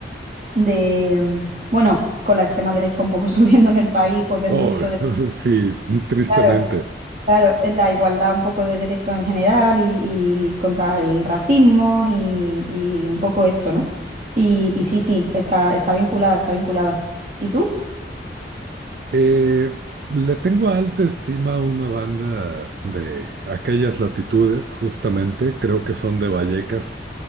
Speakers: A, on the right (about 40°); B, on the right (about 60°).
A: de, mm, bueno, con la extrema derecha un poco <laughs> subiendo en el país, pues ves
B: Oh,
A: mucho de...
B: <laughs> sí, tristemente.
A: Claro, claro, es la igualdad un poco de derechos en general y, y contra el racismo y, y un poco esto, ¿no? Y, y sí, sí, está, está vinculada, está vinculada. ¿Y tú?
B: Eh, le tengo alta estima a una banda de aquellas latitudes, justamente, creo que son de Vallecas.